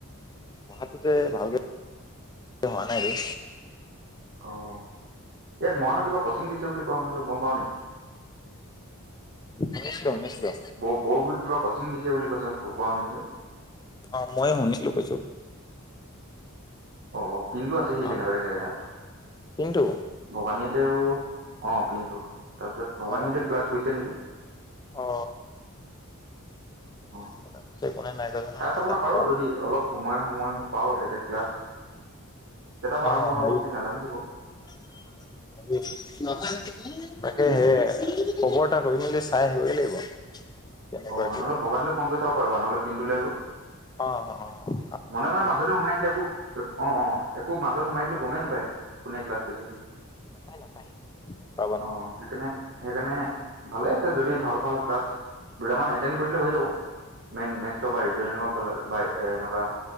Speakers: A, on the left; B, on the right.
A: পঢ়াটো যে ভালকে হোৱা নাই দেই।
B: অ ইয়াত মৰাণৰ কিবা কচিং দিছে বুলি কোৱা শুনিছো গম পাৱও নি।
A: শুনিছিলো শুনিছিলো।
B: বৰ গুৰিত কিব কচিং দিছে বুলি কৈছ কোৱা শুনিছো।
A: অ মই শুনিছিলো কৈছো।
B: অ পিনটো আছে সি
A: অ
B: কেনেবাকে চাগে তাত,
A: কিন্তু
B: ভবানীহঁতেও অ পিনটো তাৰ পিছত ভবানীহতে
A: অ
B: ক্লাছ কৰিছে নেকি।
A: অ
B: অ
A: কোনে কৈছে কোনে নাই কোৱা জানো
B: চাই
A: নাজানো
B: চাবগে পাৰো
A: বাৰু
B: যদি অলপ সময়ে সময়ে পাও এয়া ক্লাছ কেইটাৰ পৰা
A: অ
B: আৰম্ভ হয়
A: হেৰি
B: আকৌ কি নাজানিছো বাৰু
A: <unintelligible> তাকে সেয় খবৰ এটা কৰি মেলি চাই আহিবগে লাগিব। কেনেকুৱা
B: অ
A: কি
B: নহলে ভবানিলে ফোন কৰি চাওক এবাৰ নহলে পিনন্টোলে হ'লো।
A: অ অ অ,
B: মনে মনে মাজতে সোমাই দিলো একো অ অ একো মাজত সোমাই দিলো গমেই নাপায়। কোনে ক্লাছ কৰিছে কি।
A: নাপায় ন। নাপায় পাবা
B: অ সেকানে। সেইকাৰণে ভালে আছে যদি ভাল ভাল ক্লাছ দুটামান এড কৰি হৈ যাব। মেইন মেটচৰ বা ৰিজনিঙৰ বা এ এনেকুৱা